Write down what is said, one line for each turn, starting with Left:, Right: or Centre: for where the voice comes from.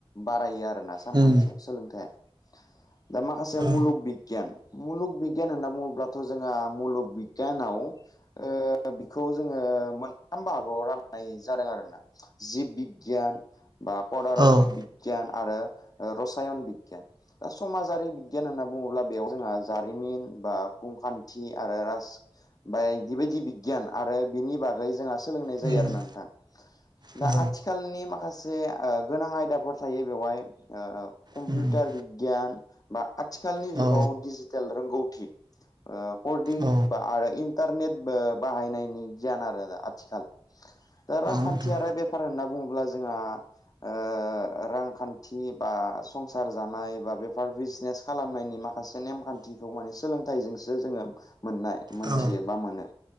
Left: बारायो आरोना सानखान्थिया
Right: उम
Left: सोलोंथाइया दा माखासे
Right: औ
Left: मुलुग बिगियान मुलुग बिगियान होनना बुङोब्लाथ' जोंहा मुलुग बिगियानाव ओ बिखौ जोङो मोनथाम बाहागोआव राननाय जादों आरोना जिब बि गियान बा पदारथ
Right: औ
Left: बिगियान आरो रसायन बिगियान दा समाजारि बिगियान होनना बुङोब्ला बेयाव जोंहा जारिमिन बा भुमखान्थि आरो राज बाय बिबायदि बिगियान आरो बिनि बागै जोंहा सोलोंनाय जायो
Right: उम
Left: आरो नोंथां
Right: औ
Left: दा आथि खालनि माखासे ओ गोनां आयदाफोर थायो बेवहाय ओ कम्पिउटार
Right: उम
Left: बिगियान बा आथिखालनि
Right: औ
Left: जुगाव डिजिटेल रोंगौथि ओ कदिं
Right: औ
Left: आरो इन इन्टारनेट बाहायनायनि गियान आरो आथिखाल दा रांखान्थि
Right: नोंथां
Left: आरो बेफार होनना बुङोब्ला जोंहा ओ रांखान्थि बा संसार जानाय बा बेफार बिजनेस खालामनायनि मा खासे नेमखान्थिखौ माने सोलोंथाइजोंसो जोङो मोननाय मोनथियो
Right: औ
Left: बा मोनो।